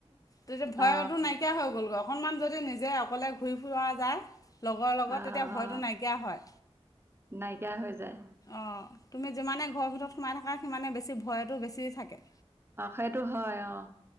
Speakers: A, on the left (about 35°); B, on the right (about 20°).
A: ত ত ভয়টো
B: আহ অ
A: নাইকিয়া হৈ গল। অকনমান যদি নি যে অকলে ঘূৰি ফুৰা যায়। লগৰ লগত
B: অ
A: তেতিয়া ভয়টো
B: অ
A: নাইকিয়া হয়।
B: নাইকিয়া হৈ যায়
A: অঁ তুমি যিমানে ঘৰৰ ভিতৰত সোমাই থাকা সিমানে বেছি ভয়টো বেছি থাকে।
B: অঁ সেইটো হয় অঁ।